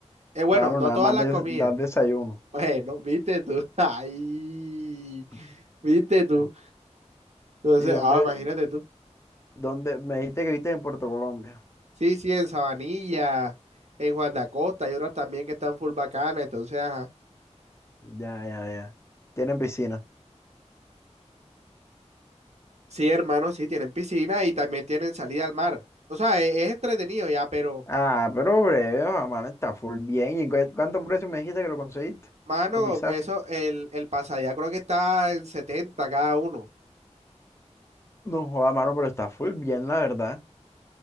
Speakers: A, on the right (about 65°); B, on the left (about 25°).
A: Eh, bueno,
B: Mano,
A: no
B: nada
A: todas
B: más
A: las
B: de
A: comidas.
B: dar desayuno.
A: <laughs> Bueno, viste tú. <laughs> Ay,
B: Mm.
A: viste tú.
B: Oh.
A: Entonces,
B: ¿Y dónde,
A: ah, imagínate tú.
B: dónde? Me dijiste que viste en Puerto Colombia.
A: Sí, sí, en Sabanilla, en Juan de Acosta, y otras también que están full bacanas. Entonces, ajá.
B: Ya, ya, ya. Tienen piscina.
A: Sí, hermano, sí, tienen piscina y también tienen salida al mar. O sea, e- es, entretenido ya, pero,
B: Ah, pero breve, ah, mano, está full bien. ¿Y en cu- cuánto precio me dijiste que lo conseguiste?
A: mano,
B: ¿Cotizaste?
A: eso, el, el pase allá creo que está en 70 cada uno.
B: No joda, mano, pero está full bien, la verdad.